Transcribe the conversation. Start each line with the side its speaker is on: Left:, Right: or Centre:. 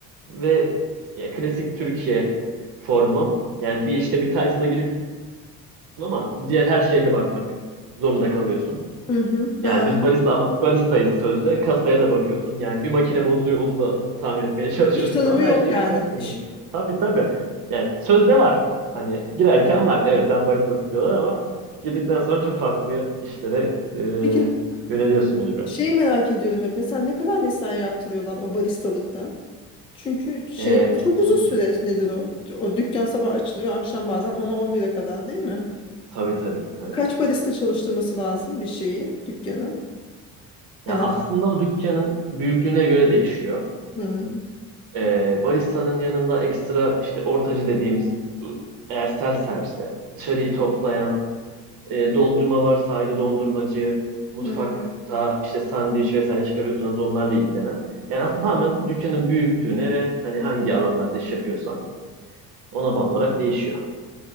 Right: ve ya klasik Türkiye formu. Yani bir işte bir title'a giriyor ama diğer her şeye de bakmak zorunda kalıyorsun.
Left: Hı hı. Ha,
Right: Yani biz barista ama baristayız sözde. Kasaya da bakıyorsun. Yani bir makine bozuluyor onu da tamir etmeye <laughs> çalışıyorsun
Left: iş tanımı
Right: falan. Her
Left: yok
Right: şeyi
Left: yani.
Right: yapmak zorundasın.
Left: İş.
Right: Tabii tabii. Yani sözde var. Hani girerken var. Evet sen baristasın diyorlar ama girdikten sonra çok farklı işlere e,
Left: Peki
Right: yöneliyorsun mecburen.
Left: şeyi merak ediyorum hep. Mesela ne kadar mesai yaptırıyorlar o baristalıkta? Çünkü şeyler
Right: E,
Left: çok
Right: <laughs>
Left: uzun süreç nedir o? O dükkan sabah açılıyor akşam bazen ona on 11'e kadar değil mi?
Right: Tabii tabii tabii.
Left: Kaç barista çalıştırması lazım bir şeyin, dükkanın?
Right: Ya
Left: En az.
Right: aslında o dükkanın büyüklüğüne göre değişiyor.
Left: Hmm,
Right: Ee, barista'nın yanında ekstra işte ortacı dediğimiz ıı, eğer self servise dışarıyı toplayan e, dondurma varsa ayrı dondurmacı mutfakta
Left: hmm.
Right: işte sandviç vesaire çıkarıyorsanız onlarla ilgilenen yani aslında tamamen dükkanın büyüklüğüne ve hani hangi alanlarda iş yapıyorsa ona bağlı olarak değişiyor.